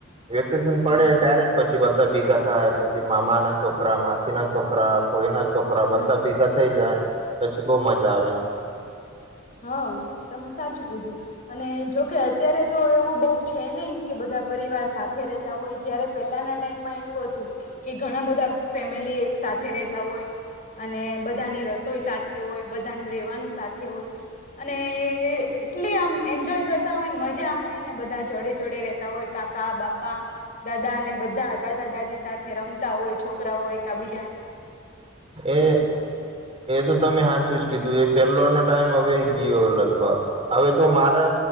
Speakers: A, on the right; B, on the left.
A: વેકેશન પડે
B: હમ
A: ત્યારે પછી, પી બધા ભેગા થાય પછી મામાના છોકરા, માસીના છોકરા કોઈના છોકરા બધા
B: હમ
A: ભેગા થઈ જાય. પછી બહુ મજા જ આવેે.
B: હા, તમે સાચું કીધું અને જોકે અત્યારે, તો એવું બહુ છે. નઈ કે બધા પરિવાર સાથે રતા હોય જયારે, પહેલાના ટાઈમમાં એવું હતું કે ઘણા બધા ફેમિલી એક સાથે રહેતા હોય, અને બધાની રસોઈ સાથે હોય બધાનું રહેેવાનું સાથે હોય. અને એટલી આમ એન્જોય કરતા હોય મજા આવેને, બધા જોડે જોડે રેતા હોય કાકા બાપા દાદા અનેને બધા દાદા દાદી સાથે રમતા હોય છોકરાઓય એકા બીજા
A: એ એ તો તમે હા ચુઝ કીધું એ પેલો નો ટાઈમ હવે, યો લગભગ હવે તો મારા